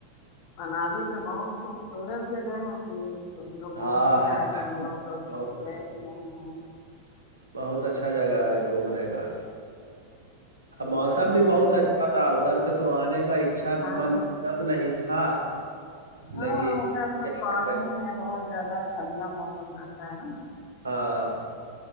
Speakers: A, on the left (about 45°); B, on the right (about 70°).
A: منالی تو بہت خوبصورت جگہ ہے جی تم لوگ گھوم
B: ہاں
A: بھی آئے ہم لوگ تو ابھی
B: بہت
A: تک گئے بھی نہیں ہیں
B: بہت اچھا جگہ ہے گھومنے کا موسم
A: وہ
B: بھی
A: گھوم-
B: بہت اچ ھا تھا ادھر سے تو آنے کا اکچھا
A: ہاں
B: من
A: ہاں
B: کب نہیں تھا
A: ہاں
B: لیکن
A: ادھر تو
B: کیا
A: پانی
B: کریں
A: ہے بہت زیادہ ٹھنڈا موسم رہتا ہے نا
B: ہاں